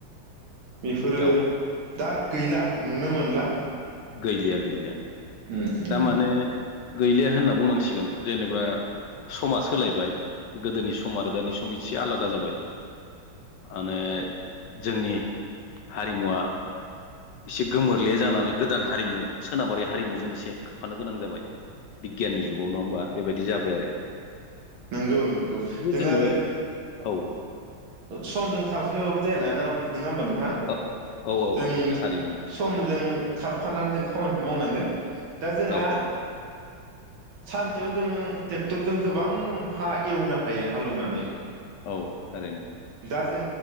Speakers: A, on the right; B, on the left.
A: बेफोरो
B: औ
A: दा गैला। नुनो मोनला।
B: गैलिया गैलिया
A: उम उम
B: दा माने गैलिया होनना बुंनांसिगोन जेनेबा समाज सोलायबाय। गोदोनि सम आरो दानि सम। सम इसे आलादा जाबाय माने जोंनि हारिमुवा एसे गोमोरले जानानै गोदान हारिमु सोनाबारि हारिमुजों एसे खारफानो गोनां जाबाय बिगियाननि जुगाव नङा होमबा बेबायदि जाबाय आरो।
A: नोंगौ नोंगौ
B: बे
A: जों
B: जोङो
A: आरो
B: औ
A: समजों खारफायाबाबो जाया ना? नों नोंथां
B: औ औ
A: जों
B: औ थारैनो नोंथां
A: समजों खारफानानै जों खामानिखौ मावनांगोन। दा जोंहा
B: औ औ
A: सानसेयाव जों टेक्टरजों गोबां हा एवनो हायो हालौनानै।
B: औ थारैनो।
A: दा जों